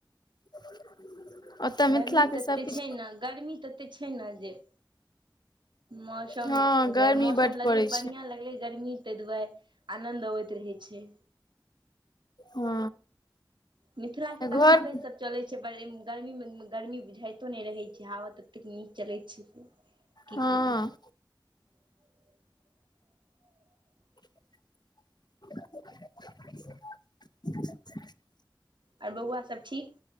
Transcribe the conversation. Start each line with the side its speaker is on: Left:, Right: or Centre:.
Left: <inaudible>
Right: गर्मी तते
Left: सभकिछु
Right: छै न, ने गर्मी तते छै न जे मौसम
Left: हँ
Right: दुआरे,
Left: गर्मी
Right: मौसम
Left: बड्ड
Right: लगलै
Left: पड़ैत छै
Right: बढ़ियां लगलै गर्मी तै दुआरे आनन्द अबैत रहै छै।
Left: हँ।
Right: मिथिला के
Left: घर
Right: त हाबे सब चलै <unintelligible> गर्मी मे गर्मी बुझाइतो नै रहै छै, हाबा ततेक नीक चलैत छै से। की
Left: <inaudible> हँ।
Right: कहू <unintelligible>
Left: <unintelligible> ह
Right: आओर बौआ सब ठीक?